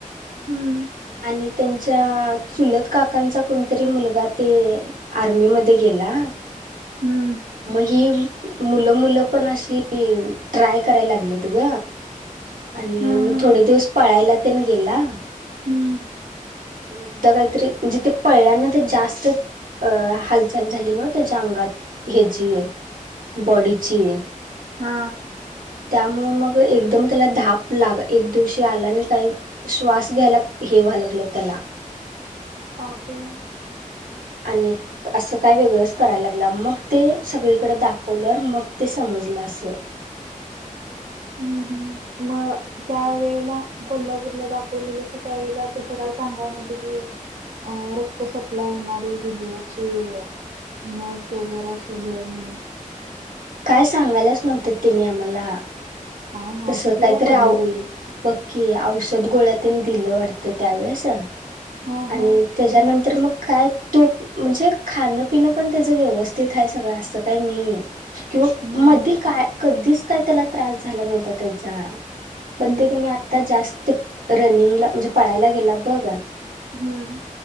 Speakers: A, on the right (about 60°); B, on the right (about 80°).
A: हम्म
B: आणि त्यांच्या चुलत काकांचा कोणतरी मुलगा ते आर्मीमध्ये गेला
A: हम्म
B: मग ही मुलं मुलं पण अशी ट्राय करायला लागले त ग आणि
A: हा
B: मग
A: हा
B: थोडे दिवस पळायला तनगला
A: हम्म
B: एक काहीतरी जिथे पडला ना ते जास्त अ हालचाल झाली न त्याच्या अंगात हची बॉडीची
A: हा
B: त्यामुळे मग एकदम त्याला धाप लाग एक दिवशी आला आणि काही श्वास घ्यायला हे त्या
A: पापड
B: आणि असं काय वेगळंच करायला लागलं मग ते सगळीकडे दाखवलं मग ते समजर पजलासं
A: हम्म हम्म मग त्यावेेळेला कोल्हापूरला दाखवलेलं असं त्यावेेळे तसं काही सांगाय नव्हं की अ रक्त सप्लाय होणारी हृदयाची न स जरा असूय म्हणून
B: काय सांगायलाच नव्हते तिने आम्हाला
A: काय नवस
B: तस
A: कितीला
B: काहीतरी
A: पडलं बाई
B: बक्की औषध गोळ्या नी दिलं वाटत त्यावेळेस आणि
A: हा हा
B: त्याच्यानंतर मग काय तो म्हणजे खाणं पिणं पण त्याचं व्यवस्थित आहे सगळं असं काही नाही किंवा
A: हम्म
B: मध्ये काय कधीच काय त्याला त्रास झाला नव्हता त्याचा पण
A: हम्म
B: ते कमी आता जास्त रनिंगला म्हणजे पळायला गेला बघ
A: हम्म